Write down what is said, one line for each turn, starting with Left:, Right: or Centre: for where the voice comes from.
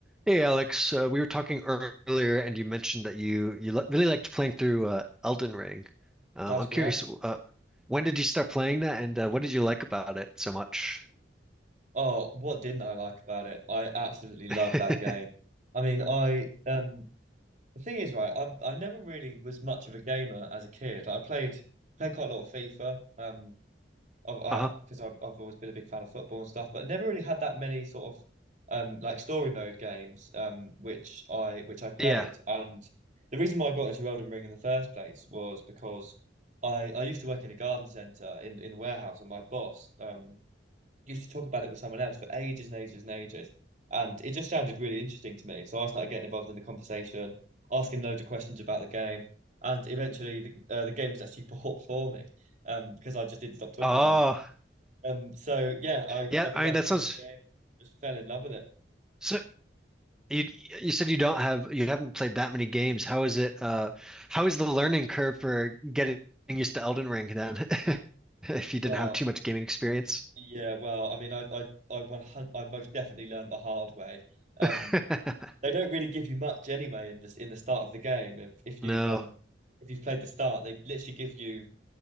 Centre: Hey Alex, uh, we were talking earlier, and you mentioned that you you li really liked playing through uh, Elden Ring. Um,
Right: That's
Centre: I'm
Right: correct.
Centre: curious, uh, when did you start playing that, and uh, what did you like about it so much?
Right: Oh, what didn't I like about it? I absolutely love
Centre: <laughs>
Right: that game. I mean, I um the thing is, right, I I never really was much of a gamer as a kid. I played played quite a lot of FIFA, um, of
Centre: Uh-huh.
Right: because I've I've always been a big fan of football and stuff, but I never really had that many sort of um like story mode games um which I which I played.
Centre: Yeah.
Right: And the reason why I got into Elden Ring in the first place was because I I used to work in a garden centre in in the warehouse, and my boss um used to talk about it with someone else for ages and ages and ages. And it just sounded really interesting to me. So I started getting involved in the conversation, asking loads of questions about the game. And eventually the, uh, the game was actually <laughs> bought for me um, because I just didn't stop talking
Centre: Oh,
Right: about it. Um, so yeah, I,
Centre: yeah.
Right: I began
Centre: I mean, that
Right: playing
Centre: sounds
Right: the game, just fell in love with it.
Centre: so. You you said you don't have you haven't played that many games. How is it? Uh, how is the learning curve for getting used to Elden Ring then, <laughs> if you
Right: Well,
Centre: didn't have too much gaming experience?
Right: yeah, well, I mean, I, I, I, 100, I most definitely learned the hard way. Um,
Centre: <laughs>
Right: they don't really give you much anyway in this in the start of the game. If, if you've
Centre: No.
Right: um, if you've played the start, they literally give you